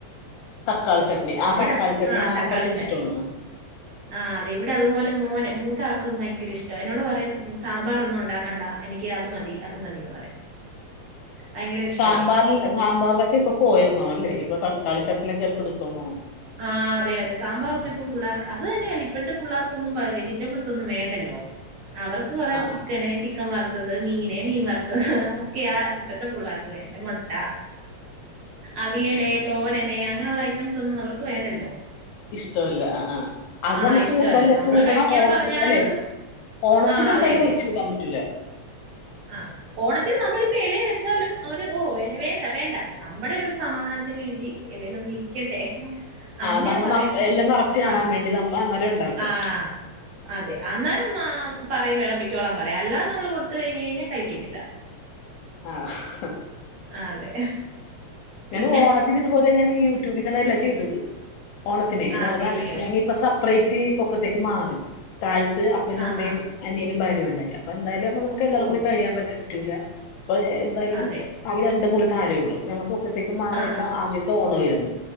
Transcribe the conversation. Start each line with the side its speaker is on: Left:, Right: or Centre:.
Left: തക്കാളി ചട്നി ആ
Right: ഇവിടെ
Left: തക്കാളി ചട്നി
Right: ആഹ
Left: ആ
Right: തക്കാളി
Left: കൊച്ചിന്
Right: ചട്നി
Left: ഇഷ്ടമാണ്
Right: ആ അതെ ഇവിടെ അതുപോലെ മോന് മൂത്ത ആാക്കും ഭയങ്കര ഇഷ്ട എന്നോട് പറയും സാമ്പാറ ഒന്നും ഉണ്ടാക്കണ്ട എനിക്ക് അത് മതി അത് മതിന്ന് പറയും ഭയങ്കര ഇഷ്ട
Left: സാമ്പാറിൽ
Right: അത്
Left: സാമ്പാറിലൊക്കെ ഇപ്പ പോയൊന്ന് അല്ലേ ഇപ്പൊ തക്കാളി ചട്നിലൊക്കെയാണ് പിടുത്തം എന്ന് തോന്നുന്നു
Right: ആഹ് അതെ അതെ സാമ്പാറൊന്നും ഇപ്പം പിുള്ളള്ളേർക്ക് അത് തന്നെയല്ല ഇപ്പഴത്തെ പിള്ളേർക്കൊന്നും വെജിറ്റബിൾസ് ഒന്നും വേണ്ടല്ലോ അവർക്ക് കുറേ
Left: ആ
Right: ചിക്കന് ചിക്കൻ വറു വറുത്തത് മീൻ മീൻവറുത്തത് അതൊക്കെയ ആ ഇപ്പഴത്തെ പിള്ളേർക്ക് വേണ്ട മുട്ട അവിയല തോരനെ അങ്ങനെയുള്ള ഐറ്റംസ് ഒന്നും അവക്ക് വേണ്ടല്ലോ
Left: ഇഷ്ടമല്ല ആഹ ആഹ് അത്
Right: ആ
Left: നമ്മുക്ക്
Right: ഇഷ്ടമല്ല
Left: കല്ല
Right: നമ്മള്
Left: കൂട്ടണം
Right: കഴിക്കാൻ
Left: ഓണത്തി
Right: പറഞ്ഞാലും
Left: അല്ലെ ഓണത്തിന്
Right: ആ അതെ
Left: എന്തായാലും
Right: അതെ
Left: ഒഴിച്ചു കൂടാൻ പറ്റൂലേ
Right: ആ ഓണത്തിൽ നമ്മളിപ്പോ ഇലെ വെച്ചാലും അവര് ഓ വേണ്ട വേണ്ട നമ്മുടെ ഒരു സമാധാനത്തിന് വേണ്ടി എ ലേല് ഒന്ന ഇരിക്കട്ടെ അങ്ങനെ
Left: ആ നമ്മ
Right: പറയുമ്പോം
Left: നിറ എല്ലാം നിറച്ച് കാണാൻ
Right: ആഹ
Left: വേണ്ടി നമ്മ അന്നേരം ഉണ്ടാക്കും
Right: ആഹ അതെ അന്നാലും ആ പറയും വിളമ്പിക്കോളാൻ പറയാം അല്ലാതെ നമ്മൾ കൊടുത്ത കഴിഞ്ഞ പിന്നെകഴിക്കത്തില്ല
Left: ആഹ
Right: ആഹ് അതെ. പിന്നെ
Left: ഞന് ഓണത്തിനിതുപോലെ ഞാന് ഈയു ടുപിക്കടല്ലെ ചെയ്തത്. ഓണത്തിനെ എന്ന്
Right: അതെല്ലിയോ
Left: പറഞ്ഞാ ഞങ്ങഇപ്പ സെപ്പറേറ്റ് പൊക്കത്തേക്ക് മാറി. താൽ ത് അപ്പനും
Right: ആഹ്
Left: അമ്മേം
Right: ആഹ്
Left: അനിയനും ബാ ണ്ടായി അപ്പം ന്തായാലും നമുക്ക് എല്ലാക്കും
Right: ഓ
Left: കുടി കഴിയാൻ പറ്റ് റ്റുല്ല. അ എന്തായാലും
Right: അതെ
Left: ആക രണ്ട് മുറി - താഴേഉള്ളു ഞങ്ങക്ക് അപ്പത്തേക്കും മാറിയപ്പോ
Right: ആഹ് ആഹ്
Left: ആദ്യത്തെ ഓണൊയിരു നൊ